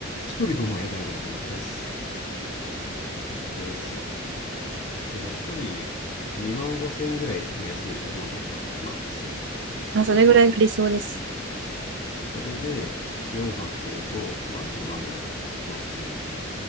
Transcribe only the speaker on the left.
人5万やだやだやだ絶対安絶対安っすわえじゃあ1人2万5千ぐらい目安にしときましょうかマックス
1泊それで4泊すると、まあ、10万ぐらいマックスでも